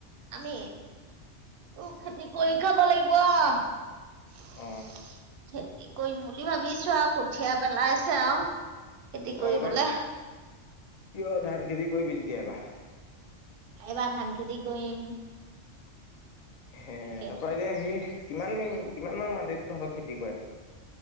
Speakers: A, on the right; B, on the left.
A: আমি উ খেতি কৰি
B: অ
A: খাব লাগিব আউ। খে
B: অ
A: কৰিম বুলি ভাবিছো আও কঠিয়া পেলাইছে আও। খেতি
B: অ
A: কৰিবলে।
B: এইবাৰ কিয় ধান খেতি কৰিবি তেতিয়া এইবাৰ।
A: এইবাৰ ধান খেতি কৰিম।
B: হে
A: খেত
B: তাৰ পৰা এতিয়া সেই কিমান কিমান মান মাটিত তহঁতৰ খেতি কৰে?